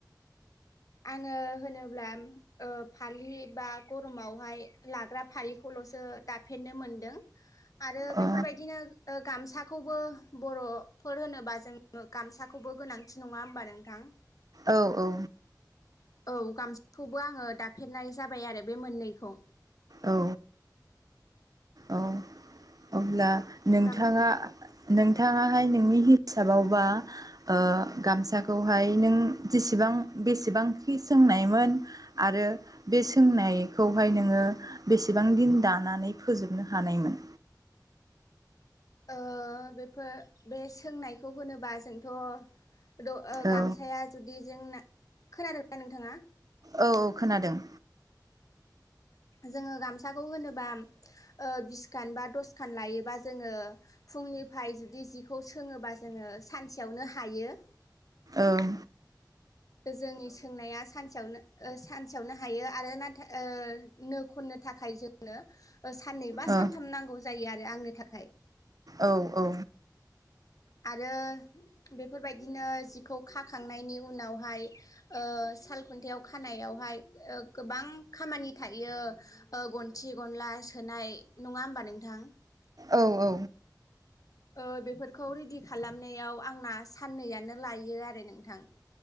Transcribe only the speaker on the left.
आङो होनोब्ला ओ फालि बा गरमावहाय लाग्रा फालिखौल'सो दाफेरनो मोनदों आरो
बेफोरबायदिनो ओ गामसा खौबो बर'फोर होनोबा जों गामसाखौबो गोनांथि नङा होमबा नोंथां?
औ गामसाखौबो आङो दाफेरनाय जाबाय आरो बे मोननैखौ।
गाम
ओ बेफोर बे सोंनायखौ होनोबा जोंथ' द ओ
गामसाया जुदि जोंना खोनादों ना नोंथाङा?
जोङो गामसाखौ होनोबा ओ बिसखान बा दसखान लायोबा जोङो फुंनिफ्राय जुदि जिखौ सोङोबा जोङो सानसेयावनो हायो।
जोंनि सोंनाया सानसेयावनो ओ सानसेयावनो हायो आरो नाथाय ओ नो खननो थाखाय जोङो ओ साननै बा
सानथाम नांगौ जायो आ रो आंनि थाखाय
आरो बेफोरबायदिनो जिखौ खाखांनायनि उनावहाय ओ सालखुन्थायाव खानायावहाय ओ गोबां खामानि था यो ओ गन्थि गनला सोनाय नङा होमबा नोंथां?
ओ बेफोरखौ रेडि खालामनायाव आंना साननैयानो लायो आरो नोंथां।